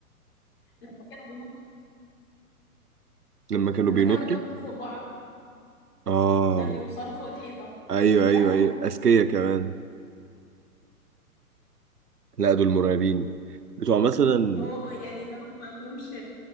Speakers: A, on the left; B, on the right.
A: لما كانوا بينطوا
B: لما كانوا
A: لما
B: بينطوا
A: كانوا بينطوا فوق بعض
B: اه
A: عشان يوصلوا فوق الحيطة
B: ايوه
A: يا
B: ايوه
A: لهوي
B: ايوه اذكياء كمان لا دول مرعبين بتوع مثلا
A: ما هو آه، يعني اللي هو ما عندهمش